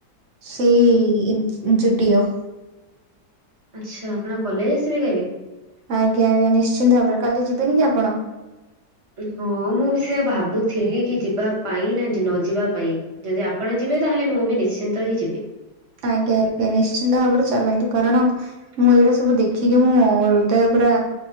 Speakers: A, on the right (about 50°); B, on the right (about 20°).
A: ସେଇ ଜୁଟିଓ
B: ଆଚ୍ଛା ଆପଣ କଲେଜ୍ ଆସିବେ କାଲି
A: ଆଜ୍ଞା ଆଜ୍ଞା ନିଶ୍ଚିନ୍ତ ଭାବରେ କାଲି ଯିବେନି କି ଆପଣ
B: ହଁ ମୁଁ ବି ସେଇଆ ଭାବୁଥିଲି କି ଯିବା ପାଇଁ ନା ନ ଯିବା ପାଇଁ ଯଦି ଆପଣ ଯିବେ ତାହେଲେ ମୁଁ ବି ନିଶ୍ଚିନ୍ତ ହିଁ ଯିବି
A: ଆଜ୍ଞା ଆଜ୍ଞା ନିଶ୍ଚିନ୍ତ ଭାବରେ ଚାଲନ୍ତୁ କାରଣ ମୁଁ ଏଇଗୁଡ଼ା ସବୁ ଦେଖିକି ମୁଁ ହୃଦୟ ପୁରା